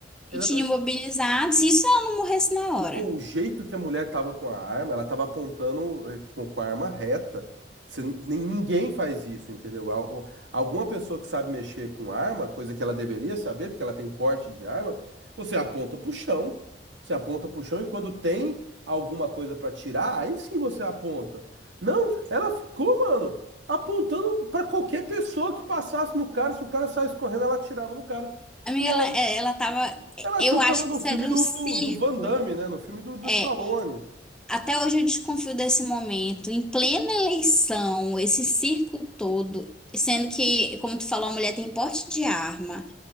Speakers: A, on the right (about 85°); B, in the centre.
A: Exatamente.
B: e tinha imobilizado. Se isso ela não morresse na hora.
A: O jeito que a mulher tava com a arma, ela tava apontando eh, com, com a arma reta. Você n- nin- ninguém faz isso, entendeu? Al- o- Alguma pessoa que sabe mexer com arma, coisa que ela deveria saber, porque ela tem porte de arma, você aponta pro chão. Você aponta pro chão e quando tem alguma coisa pra tirar, aí sim você aponta. Não, ela ficou, mano, apontando pra qualquer pessoa que passasse no cara. Se o cara saísse correndo, ela atirava no cara.
B: Amiga,
A: E aí.
B: ela, é, ela tava. é,
A: Ela achou
B: Eu
A: que
B: acho
A: tava no
B: que isso
A: filme
B: era
A: do,
B: um circo.
A: do, do Van Damme, né? No filme do, do
B: É,
A: Stallone.
B: até hoje eu desconfio desse momento. Em plena eleição, esse circo todo, sendo que, como tu falou, a mulher tem porte de arma.